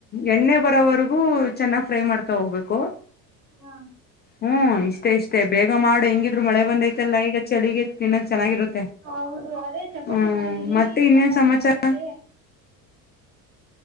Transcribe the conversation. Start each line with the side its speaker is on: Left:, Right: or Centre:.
Left: ಎಣ್ಣೆ ಬರೋವರೆಗೂ ಚೆನ್ನಾಗ್ ಫ್ರೈ ಮಾಡ್ತ ತಗೋಗ್ಬೇಕು
Right: ಹಾಂ
Left: ಹ್ಮ್ ಇಷ್ಟೇ ಇಷ್ಟೇ ಬೇಗ ಮಾಡು ಹೆಂಗಿದ್ರು ಮಳೆ ಬಂದೈತೆಲ್ಲಾ ಈಗ ಚಳಿಗೆ ತಿನ್ನಕ್ ಚೆನ್ನಾಗಿರುತ್ತೆ
Right: ಹೌದು ಅದೇ ಚಪಾತಿ
Left: ಹ್ಮ್
Right: ಮಾಡಿದೀನಿ
Left: ಮತ್ತೆ ಇನ್ನೇನ್
Right: ಚಪಾತಿ
Left: ಸಮಾಚಾರ
Right: ಕಕತ್ತೆ